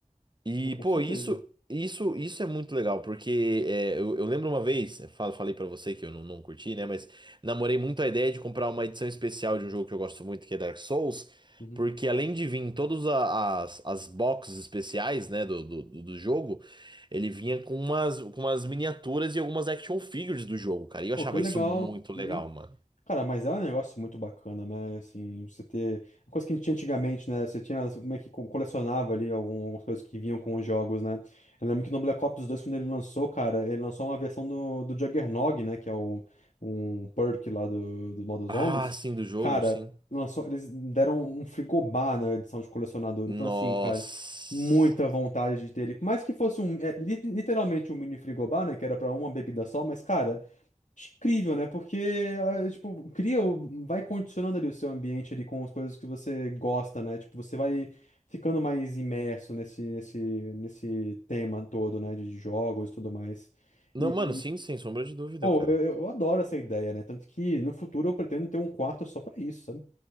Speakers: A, on the right; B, on the left.
A: E,
B: oh, com
A: pô,
B: certeza.
A: isso, isso, isso é muito legal, porque é, eu, eu lembro uma vez, eu falo- falei pra você que eu não, não curti, né? Mas namorei muito a ideia de comprar uma edição especial de um jogo que eu gosto muito, que é Dark Souls,
B: Uhum.
A: porque além de vir em todas a- as, as boxes especiais, né, do, do, do do jogo, ele vinha com umas, com umas miniaturas e algumas action figures do jogo, cara. E eu
B: Pô,
A: achava
B: que legal.
A: isso muito
B: Uhum.
A: legal, mano.
B: Cara, mas é um negócio muito bacana, né? Assim, você ter. Uma coisa que a gente tinha antigamente, né? Você tinha como é que co- colecionava ali algum- algumas coisas que vinham com os jogos, né? Eu lembro que no Black Ops dois quando ele lançou, cara, ele lançou uma versão do, do Juggernog, né? Que é o, um perk lá do, do modo zombies.
A: Ah, sim, do jogo,
B: Cara,
A: sim.
B: lançou, eles deram um frigobar na edição de colecionador. Então,
A: Nossa.
B: assim, cara, muita vontade de ter ele. Por mais que fosse um. é, li- literalmente um mini frigobar, né? Que era pra uma bebida só, mas, cara. Incrível, né? Porque, ah, tipo, cria, o- vai condicionando ali o seu ambiente ali com as coisas que você gosta, né? Tipo, você vai ficando mais imerso nesse, nesse, nesse tema todo, né? De de jogos e tudo mais.
A: Não,
B: E,
A: mano, sim, sem sombra de dúvida,
B: pô,
A: cara.
B: eu, eu eu adoro essa ideia, né? Tanto que no futuro eu pretendo ter um quarto só pra isso, sabe?